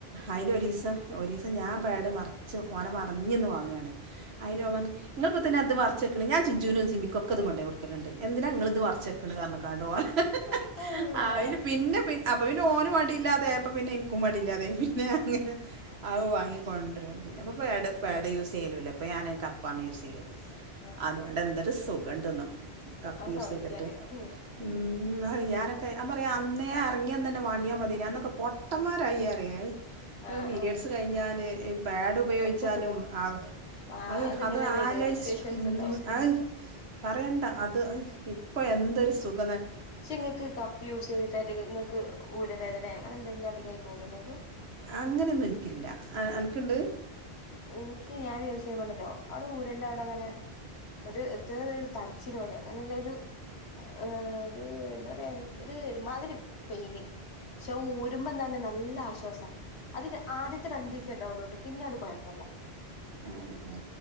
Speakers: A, on the right (about 75°); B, on the left (about 80°).
A: അതിലൊ ഒരു ദീസം ഒരു ദിവസം ഞാൻ
B: ആഹ്
A: പെടു മറച്ച് ഓനമറിഞ്ഞിന്ന് വാങ്ങയണ ആയില്ല മ ന്ന് നിങ്ങളുപ് ഇതിനകത്ത് വർച് കിണ് ഞൻ ചിഞ്ചുനും സിമി ക്കക്കെത്
B: ആഹ്
A: കൊണ്ട കൊടുക്കണ്ട് എന്തിന ഞങ്ങള ഇത് വറച്ചെക്ക കാരണം കാണ്ടു പോവാൻ ഹ...
B: അള്ളാ
A: ഹ.. ആ അന് പിന്നെ അപ്പൊ ഇന് ഓനും വടിയില്ലാത്ത അതായപ്പ പിന്നെനിക്കും മടില്ലാതെയിപോയി പി ആ വങ്ങിക്കണ്ട പിന്നെപ്പ പേട് പേട് യൂസ് ചെയ്യലൂ ഇപ്പൊ ഞാന് കപ്പാണ് യൂസ് ചെയ്യല്
B: ആ ആ
A: അതുകൊണ്ട്
B: ആ
A: എന്തൊരു സുഖംണ്ടന്ന കപ്പ്
B: അത്
A: യൂസ്
B: സത്യാണ്
A: ചെയ്തിട്ട്
B: ഉം ഉം
A: ഉ ഞാനൊ ക്കെ ഞാൻപറയാ അന്നേ ഇറങ്ങിയ അന്നെനെ വാങ്ങിയാൽ മതി അന്നൊക്കെ പൊട്ടമാരായി പറിയ
B: ആ
A: പീരയഡ്സ്
B: ആ
A: കഴിഞ്ഞാല് പാഡ് ഉപയോഗിച്ചാലും
B: അപ്പൊ സുഖാ
A: ആ
B: ആ
A: അത്
B: അതിങ്ങനെ
A: അത്
B: ഒരു
A: ആലോച്ച്
B: ഇറിറ്റേഷൻസ്
A: ഉം
B: ഉണ്ടാവും ഉം
A: അയ്. പറയണ്ട
B: ഉം
A: അത് ഇപ്പം ന്തര് സുഖ
B: പക്ഷെ നിങ്ങൾക്ക് കപ്പ് യൂസ് ചെയ്തിട്ടായിട്ട് നിങ്ങൾക്ക് ഊരവേദനങ്ങെ അങ്ങനെ എന്തെങ്കില അതികായി തോന്നണ്ടേ ഇങ്ങക്ക്
A: അങ്ങനെയൊന്നും എനിക്കില്ല അനക്ക്ണ്ട്
B: എനിക്ക് ഞാൻ യൂസിയ്യുമ്പണ്ടലോ അവ്ടെ ഊരന്റെ അവടെങ്ങനെ ഒരു <unintelligible> ഇച്ചിരി പോലെ അങ്ങനെല്ല ഒരു ഏഹ് ഒരു എന്താ പറയാ ഒര് ഒരുമാതിരി പെയിന്. പക്ഷേ ഊരുമ്പന്താണ് നല്ല ആശ്വാസാ, അത് ഒ ആദ്യത്തെ രണ്ടീസേ ഇണ്ടാവൊള്ളുട്ടൊ പിന്നങ്ങട്ട് കൊഴപ്പ
A: ഏഹ്,